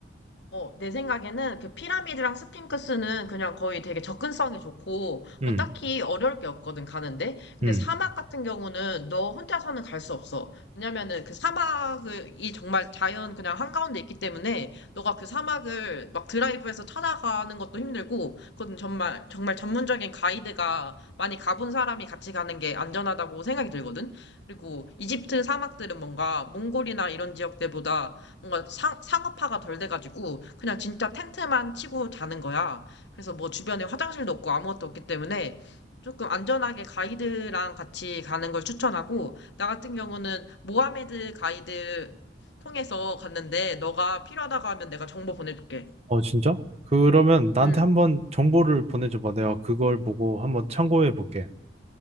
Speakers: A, on the left; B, on the right.
A: 어, 내 생각에는 그 피라미드랑 스핑크스는 그냥 거의 되게 접근성이 좋고,
B: 음,
A: 뭐 딱히 어려울 게 없거든, 가는데. 근데
B: 음.
A: 사막 같은 경우는 너 혼자서는 갈 수 없어. 왜냐면은 그 사막이 정말 자연 그냥 한가운데 있기 때문에, 너가 그 사막을 막 드라이브해서 찾아가는 것도 힘들고, 그건 정말, 정말 전문적인 가이드가 많이 가본 사람이 같이 가는 게 안전하다고 생각이 들거든? 그리고 이집트 사막들은 뭔가 몽골이나 이런 지역들보다 뭔가 상, 상업화가 덜 돼가지고 그냥 진짜 텐트만 치고 자는 거야. 그래서 뭐 주변에 화장실도 없고 아무것도 없기 때문에 조금 안전하게 가이드랑 같이 가는 걸 추천하고 나 같은 경우는 모하메드 가이드 통해서 갔는데 너가 필요하다고 하면 내가 정보 보내줄게.
B: 어, 진짜? 그러면 나한테
A: 응,
B: 한번 정보를 보내줘봐. 내가 그걸 보고 한번 참고해 볼게.